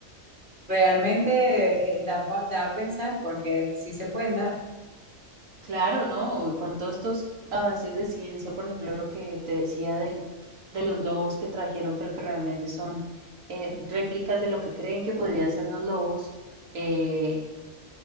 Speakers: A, on the right (about 40°); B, on the right (about 75°).
A: Realmente eh, da, pa- da a pensar porque sí se pueden dar,
B: Claro, ¿no? Con todos estos avances de ciencia, por ejemplo, lo que te decía del, de los lobos que trajeron, pero que realmente son eh, réplicas de lo que creen que podrían ser los lobos, eh,